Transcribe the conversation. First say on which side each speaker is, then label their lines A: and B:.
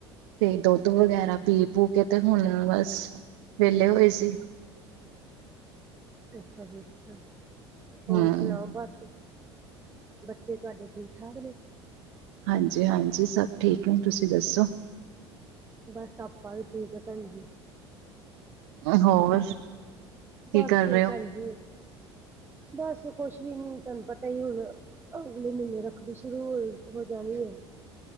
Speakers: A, on the right; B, on the right.
A: ਤੇ ਦੋਦ ਵਗੈਰਾ ਪੀ ਪੂ ਕੇ ਤੇ ਹੁਣ ਬਸ ਵੇਲੇ ਹੋਏ ਸੀ।
B: ਅੱਛਾ ਜੀ ਅੱਛਾ ਹੋਰ
A: ਹਮ।
B: ਸੁਣਾਓ ਬਸ? ਬੱਚੇ ਤੁਆਡੇ ਠੀਕ ਠਾਕ ਨੇ?
A: ਹਾਂਜੀ, ਹਾਂਜੀ ਸਭ ਠੀਕ ਨੇ ਤੁਸੀ ਦੱਸੋ?
B: ਬਸ ਆਪਾ ਵੀ ਠੀਕ ਐ ਭੈਣ ਜੀ।
A: ਹੋਰ ਕੀ
B: ਬਸ
A: ਕਰ ਰਹੇ ਹੋ।
B: ਭੈਣਜੀ ਬਸ ਕੁਛ ਨੀ ਹੁਣ ਤਾਨੂੰ ਪਤਾ ਈ ਹੁਣ ਅਗਲੇ ਮੀਨੇ ਰੱਖਣੀ ਸ਼ੁਰੂ ਹੋ ਹੋ ਜਾਣੀ ਐ।